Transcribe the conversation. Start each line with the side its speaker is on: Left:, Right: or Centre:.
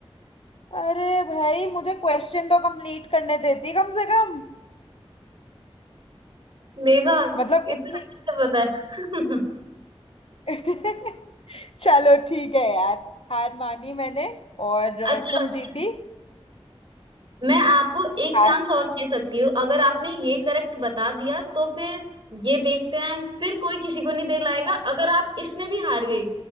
Left: अरे भाई मुझे क्वेश्चन तो कंप्लीट करने देती कम से कम
Right: देखा कितना
Left: मतलब इतनी
Right: अच्छे से पता है
Left: <laughs> चलो ठीक है यार हार मानी मैंने और
Right: <laughs>
Left: अ,
Right: अच्छा
Left: तुम
Right: अच्छा
Left: जीती
Right: मैं आपको एक
Left: हार
Right: चांस और दे सकती हूँ अगर आपने ये करेक्ट बता दिया तो फिर ये देखते हैं फिर कोई किसी को नहीं दिलाएगा अगर आप इसमें भी हार गई